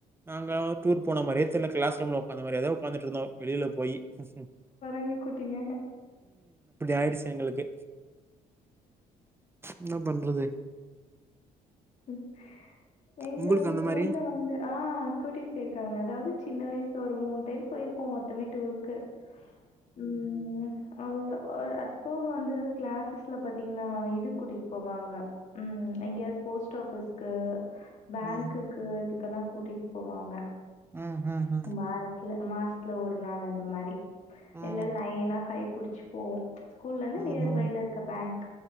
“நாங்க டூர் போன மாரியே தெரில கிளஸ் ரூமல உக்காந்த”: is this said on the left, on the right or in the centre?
Right